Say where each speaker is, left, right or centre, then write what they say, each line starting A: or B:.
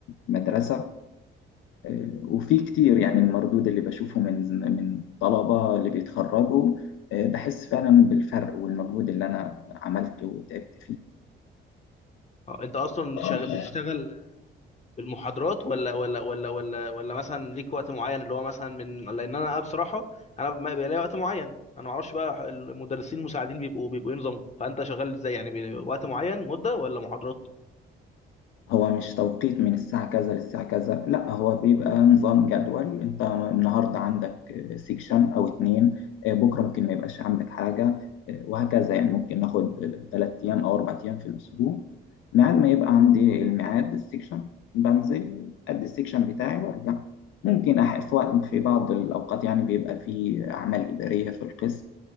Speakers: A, on the left; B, on the left.
A: المدرسه آه، وفي كتير
B: مم.
A: يعني المردود اللي بشوفه من من طلبة اللي بيتخرجوا آه، بحس فعلا بالفرق والمجهود اللي أنا عملته وتعبت
B: اه انت اصلا شغ...
A: فيه
B: بتشتغل بالمحاضرات ولا ولا ولا ولا ولا مثلا ليك وقت معين اللي هو مثلا من لان انا بصراحه انا ما بيبقى ليا وقت معين انا ما اعرفش بقى المدرسين المساعدين بيبقوا بيبقوا ايه نظامهم فانت شغال ازاي يعني بي- وقت معين مده ولا محاضرات
A: هو مش توقيت من الساعة كذا للساعة كذا لا هو بيبقى نظام جدول انت النهاردة عندك سيكشن او اتنين آه، بكرة ممكن ما يبقاش عندك حاجة آه، وهكذا يعني ممكن ناخد ثلاث ايام او اربع ايام في الاسبوع ميعاد ما يبقى عندي الميعاد السيكشن بنزل ادي السيكشن بتاعي وارجع ممكن أح- في وقت في بعض الاوقات يعني بيبقى في اعمال ادارية في القسم